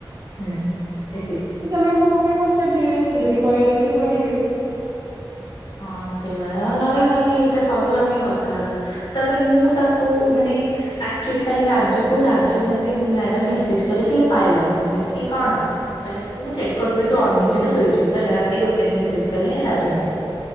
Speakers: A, on the left (about 65°); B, on the right (about 50°).
A: ହୁଁ ଏତିକି।
B: ସେମାନଙ୍କୁ ମୁଁ ବି ପଚାରିଦିଏ ସିଏ ଯଦି କରିବାର ଇଚ୍ଛା କରିବେ।
A: ହଁ ସେଇଆ ନହେଲେ ନହେଲେ ଏଇଟା ସରୁ ଆମେ କଥା ହବା। ତାପରେ ମୁଁ ତାକୁ ମାନେ। ଆକଚୁଆଲି କାଲି ରାଜୁକୁ ରାଜୁ ମତେ ମ୍ୟାଡାମ ମେସେଜ କଲେ କି ପାଇଲ। ମୁଁ କହିଲି କି କଣ? କହିଲା କି ମୁଁ ଚେକ୍ କରୁଥିଲି ତୁ ଅନେଇଚୁ ନା ଶୋଇଛୁ ହେଲା ରାତି ଗୋଟେରେ ମେସେଜ କଲେ ରାଜୁ ମ୍ୟାଡ଼ାମ।